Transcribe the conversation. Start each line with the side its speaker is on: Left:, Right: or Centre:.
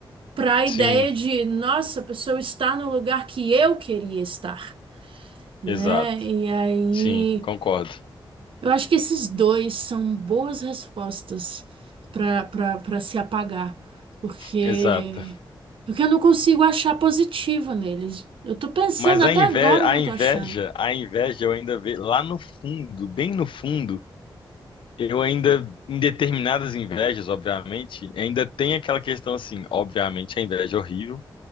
Right: para a
Left: sim,
Right: ideia de nossa, a pessoa está no lugar que eu queria estar, né?
Left: exato.
Right: E aí,
Left: Sim, concordo.
Right: eu acho que esses dois são boas respostas para para para se apagar, porque
Left: Exato.
Right: porque eu não consigo achar positiva neles. Eu tô pensando
Left: Mas
Right: até
Left: a inveja,
Right: agora, eu
Left: a
Right: não
Left: inveja,
Right: tô achando.
Left: a inveja eu ainda vejo lá no fundo, bem no fundo, Eu ainda, em determinadas invejas, obviamente, ainda tem aquela questão assim, obviamente a inveja é horrível,